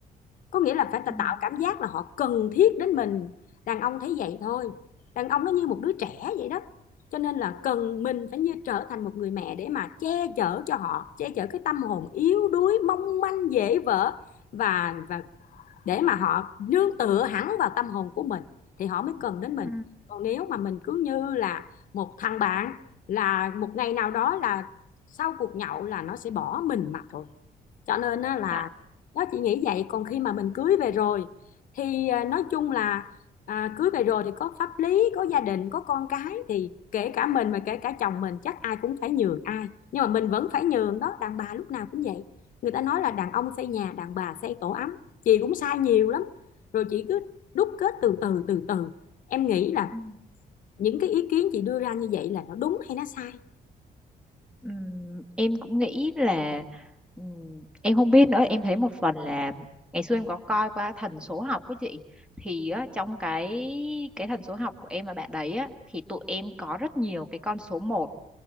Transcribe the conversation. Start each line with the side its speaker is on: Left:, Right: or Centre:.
Left: có nghĩa là phải
Centre: ừ.
Left: tạo cảm giác là họ cần thiết đến mình đàn ông thấy vậy thôi đàn ông nó như một đứa trẻ vậy đó cho nên là cần mình phải như trở thành một người mẹ để mà che chở cho họ che chở cái tâm hồn yếu đuối mong manh dễ vỡ và và để mà họ nương tựa hẳn vào tâm hồn của mình thì họ mới cần đến
Centre: Ừ.
Left: mình còn nếu mà mình cứ như là một thằng bạn là một ngày nào đó là sau cuộc nhậu là nó sẽ bỏ mình mà thôi cho nên á là
Centre: Dạ.
Left: đó chị nghĩ vậy còn khi mà mình cưới về rồi thì à, nói chung là à, cưới về rồi thì có pháp lý có gia đình có con cái thì kể cả mình mà kể cả chồng mình chắc ai cũng phải nhường ai nhưng mà mình vẫn phải nhường đó đàn bà lúc nào cũng vậy người ta nói là đàn ông xây nhà đàn bà xây tổ ấm chị cũng sai nhiều lắm rồi chị cứ đúc kết từ từ từ từ em nghĩ là
Centre: Ừ.
Left: những cái ý kiến chị đưa ra như vậy là nó đúng hay nó sai
Centre: Ừm, em cũng nghĩ là ừm, em không biết nữa em thấy một phần là ngày xưa em có coi qua thần số học với chị thì á, trong cái cái thần số học của em và bạn đấy á, thì tụi em có rất nhiều cái con số một